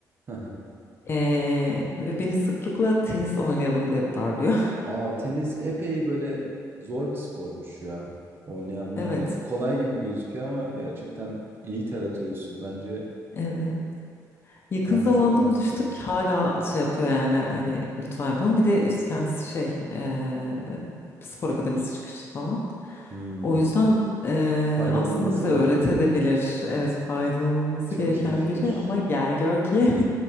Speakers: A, on the right; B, on the left.
A: <laughs>
B: E, ve beni sıklıkla tenis oynayalım diye darlıyor.
A: Aa tenis epey böyle zor bir spormuş ya. Oynayanlar
B: <laughs> Evet.
A: hani kolay gibi gözüküyor ama gerçekten iyi ter atıyorsun. Bence
B: Evet. Yakın
A: bence
B: zamanda
A: çok mantıklı.
B: buluştuk. Hala şey yapıyor yani hani lütfen yapalım. Bir de işte kendisi şey eee, spor akademisi çıkışlı falan.
A: Hmm.
B: O yüzden eee,
A: Faydalanılması
B: aslında bize
A: gereken
B: öğretebilir.
A: biri.
B: Evet faydalanılması
A: Çok
B: gereken
A: iyi fikir.
B: biri ama gel gör ki